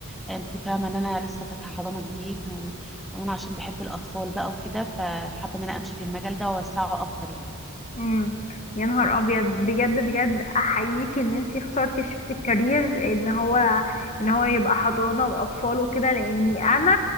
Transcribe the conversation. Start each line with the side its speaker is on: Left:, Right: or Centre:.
Centre: أنت فاهمة إن أنا لسه فاتحة حضانة جديد و... وإن أنا عشان بحب الأطفال بقى وكده فحابة إن أنا أمشي في المجال ده وأوسعه أكتر يعني
Left: امم يا نهار ابيض بجد بجد احييك ان انتي اخترتي شفت الكارير ان هو ان هو يبقى حضانه واطفال وكده لاني انا